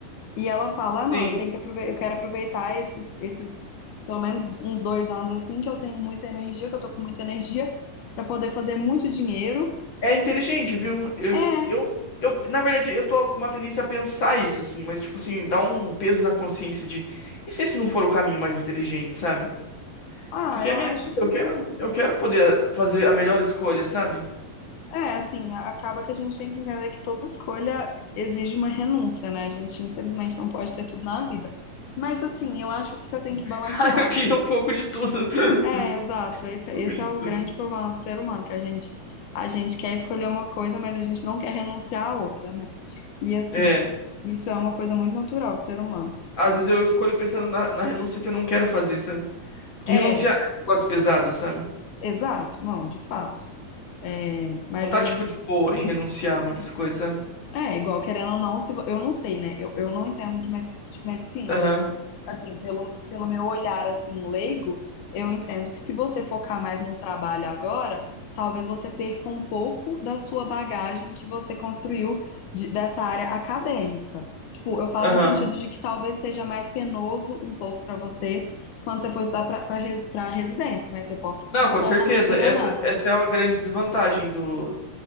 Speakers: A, on the left (about 65°); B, on the left (about 35°).
A: E ela fala, ah, não,
B: Sim.
A: eu tenho que aproveitar, eu quero aproveitar esses, esses, pelo menos uns dois anos assim, que eu tenho muita energia, que eu tô com muita energia, para poder fazer muito dinheiro.
B: É inteligente, viu? Eu,
A: É,
B: eu, eu, na verdade, eu tô com uma tendência a pensar isso, assim, mas, tipo assim, dá um peso na consciência de, e se esse não for o caminho mais inteligente, sabe?
A: ah,
B: Porque
A: eu
B: é minha
A: acho
B: vida, eu quero, eu quero poder fazer a melhor escolha, sabe?
A: É, assim, acaba que a gente tem que entender que toda escolha exige uma renúncia, né? A gente, infelizmente, não pode ter tudo na vida. Mas, assim, eu acho que você tem
B: <laughs>
A: que balancear.
B: Ah, eu queria um pouco de tudo. <laughs>
A: É, exato. Esse,
B: Um
A: esse
B: pouco de
A: é o
B: tudo.
A: grande problema do ser humano, que a gente, a gente quer escolher uma coisa, mas a gente não quer renunciar à outra, né? E, assim,
B: É,
A: isso é uma coisa muito natural do ser humano.
B: às vezes eu escolho pensando na, na renúncia que eu não quero fazer, sabe? Porque
A: É,
B: renunciar é um negócio pesado, sabe?
A: exato. Não, de fato. É, mas
B: Não tá,
A: aí.
B: tipo, de boa em renunciar a muitas coisas, sabe?
A: É, igual, querendo ou não, se, vo- eu não sei, né? Eu, eu não entendo de, me- de medicina,
B: Aham,
A: mas, assim, pelo, pelo meu olhar, assim, leigo, eu entendo que se você focar mais no trabalho agora, talvez você perca um pouco da sua bagagem que você construiu de- dessa área acadêmica. Tipo, eu falo
B: aham.
A: no sentido de que talvez seja mais penoso um pouco para você quando você for estudar para residência, mas eu posso estar
B: Não,
A: completamente
B: com certeza.
A: enganada.
B: Essa, essa é uma grande desvantagem do